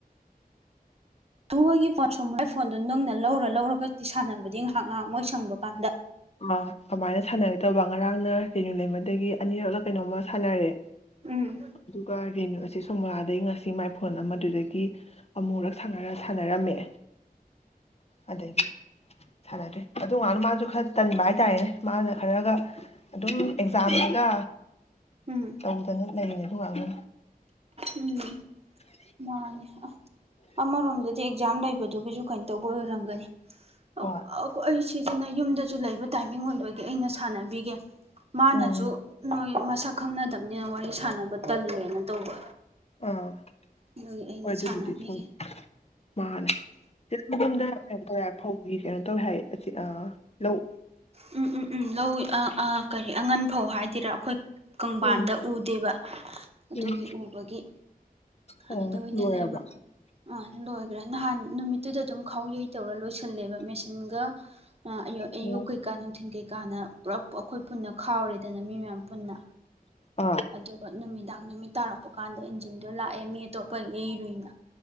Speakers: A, on the right; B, on the left.
A: ꯇꯨ ꯑꯩꯒꯤ ꯄꯥꯠꯋꯣꯃꯂꯥꯢ ꯐꯣꯟ ꯑꯗꯨ ꯅꯪꯅ ꯂꯧꯔ ꯂꯧꯔꯒꯗꯤ ꯁꯥꯟꯅꯕꯗꯤ ꯉꯥꯏꯍꯥꯛ ꯉꯥꯏꯍꯥꯛ ꯃꯣꯏ ꯁꯪꯕ ꯀꯥꯟꯗ
B: ꯑ ꯀꯃꯥꯏꯅ ꯁꯥꯟꯅꯒꯦ ꯇꯧꯕ ꯉꯔꯥꯡꯅ ꯔꯦꯅꯨ ꯂꯩꯃꯗꯒꯤ ꯑꯅꯤꯔꯛꯂ ꯀꯩꯅꯣꯝꯃ ꯁꯥꯟꯅꯔꯦ
A: ꯎꯝ
B: ꯑꯗꯨꯒ ꯔꯦꯅꯨ ꯑꯆꯤꯁ ꯎꯝꯥꯗꯒꯤ ꯉꯁꯤ ꯃꯥꯏ ꯐꯣꯟ ꯑꯃꯗꯨꯗꯒꯤ ꯑꯃꯨꯛꯔꯛ ꯁꯥꯟꯅꯔ ꯁꯥꯟꯅꯔꯝꯃꯦ ꯑꯗꯒꯤ ꯁꯥꯟꯅꯗ꯭ꯔꯦ ꯑꯗꯨ ꯑꯉꯥꯡꯗꯨ ꯃꯥꯁꯨ ꯈꯔ ꯇꯟꯕ ꯍꯥꯏ ꯇꯥꯔꯦꯅꯦ ꯃꯥꯅ ꯈꯔꯒ ꯑꯗꯨꯝ ꯑꯦꯛꯖꯥꯝꯅꯤꯅ
A: ꯎꯝ
B: ꯇꯧꯗꯅ ꯂꯩꯔꯦ ꯑꯗꯨ <unintelligible>
A: ꯎꯝ ꯃꯥꯅꯦ ꯑꯃꯔꯣꯝꯗꯗꯤ ꯑꯦꯛꯖꯥꯝ ꯂꯩ ꯗꯨꯒꯤꯁꯨ ꯀꯩꯅꯣ ꯇꯧꯕ ꯑꯣꯏꯔꯝꯒꯅꯤ ꯑꯛ
B: ꯍꯣꯏ
A: ꯑꯈꯣ ꯑꯩ ꯁꯤꯁꯤꯅ ꯌꯨꯝꯗꯁꯨ ꯂꯩꯕ ꯇꯥꯏꯃꯤꯡ ꯑꯣꯏꯔꯒꯗꯤ ꯑꯩꯅ ꯁꯥꯟꯅꯕꯤꯒꯦ ꯃꯥꯅꯁꯨ
B: ꯎꯝ
A: ꯅꯣꯏ ꯃꯁꯛ ꯈꯪꯅꯗꯕꯅꯤꯅ ꯋꯥꯔꯤ ꯁꯥꯟꯅꯕ ꯇꯜꯂꯦꯅ ꯇꯧꯕ
B: ꯑꯥ
A: ꯑꯗꯨꯒꯤ ꯑꯩꯅ
B: ꯑꯗꯨꯗꯤ
A: ꯁꯥꯟꯅꯕꯤꯒꯦ
B: ꯎꯝ ꯃꯥꯅꯦ <unintelligible> ꯐꯧꯒꯤ ꯀꯩꯅꯣ ꯇꯧꯋꯤ ꯍꯥꯏꯌꯦ ꯑꯁꯤꯗ ꯂꯧ
A: ꯎꯝ ꯎꯝ ꯎꯝ ꯂꯧꯏ ꯑ ꯑ ꯀꯔꯤ ꯑꯉꯟ ꯐꯧ ꯍꯥꯏꯗꯣꯏꯔꯥ ꯑꯩꯈꯣꯏ ꯀꯪꯕꯥꯟꯗ
B: ꯎꯝ
A: ꯎꯗꯦꯕ ꯑꯗꯨꯒꯤ
B: ꯎꯝ
A: ꯎꯕꯒꯤ
B: ꯑꯣ
A: ꯑꯗꯨꯗ ꯑꯣꯏꯅ
B: ꯂꯣꯏꯔꯕ
A: ꯂꯩꯕ ꯑ ꯂꯣꯏ ꯔ ꯅꯍꯥꯟ ꯅꯨꯃꯤꯠꯇꯨꯗ ꯑꯗꯨꯝ ꯈꯥꯎ ꯌꯩ ꯇꯧꯔ ꯂꯣꯏꯁꯤꯜꯂꯦꯕ ꯃꯦꯆꯤꯟꯒ ꯑ ꯑꯌꯣ ꯑꯌꯨꯛ
B: ꯑꯣ
A: ꯅꯨꯡꯊꯤꯜ ꯀꯩꯀꯥꯅ ꯄꯨꯂꯞ ꯑꯩꯈꯣꯏ ꯄꯨꯟꯅ ꯈꯥꯎꯔꯤꯦꯗꯅ ꯃꯤ ꯃꯌꯥꯝ ꯄꯨꯟꯅ
B: ꯑꯥ
A: ꯑꯗꯨꯒ ꯅꯨꯃꯤꯗꯥꯡ ꯅꯨꯃꯤꯠ ꯇꯥꯔꯛꯄ ꯀꯥꯟꯗ ꯏꯟꯖꯤꯟꯗꯣ ꯂꯥꯛꯑꯦ ꯃꯤ ꯑꯇꯣꯞꯄꯒꯤ ꯃꯤꯅ